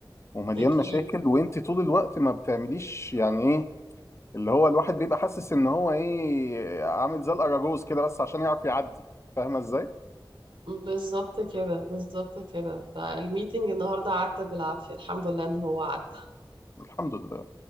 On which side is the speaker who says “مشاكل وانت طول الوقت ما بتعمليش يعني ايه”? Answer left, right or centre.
Left